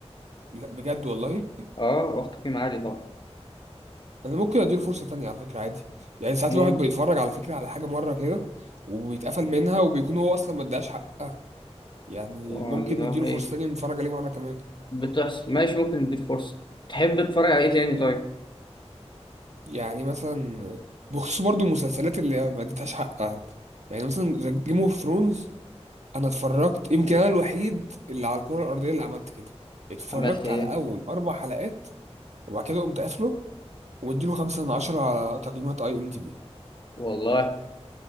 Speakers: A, on the right (about 85°); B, on the left (about 45°).
A: لا بجد والله
B: اه واخد قيمة عالية طبعا
A: انا ممكن اديله فرصة تانية على فكرة عادي يعني ساعات
B: ممكن
A: الواحد بيتفرج على فكرة على حاجة مرة كده ويتقفل منها وبيكون هو اصلا ما اداش حق يعني
B: والله
A: ممكن نديله فرصة تانية ونتفرج عليه مرة كمان
B: بتحصل ماشي ممكن نديك فرصة تحب تتفرج على ايه تاني طيب
A: يعني مثلا بخصوص برضو المسلسلات اللي ما اديتهاش حقها يعني مثلا جيم اوف ثرونز انا اتفرجت يمكن انا الوحيد اللي على الكره الارضيه اللي عملت كده اتفرجت
B: عملت ايه
A: على اول اربع حلقات وبعد كده قمت قافله ومديله خمسة من عشرة على تقييمات اي ام دي بي
B: والله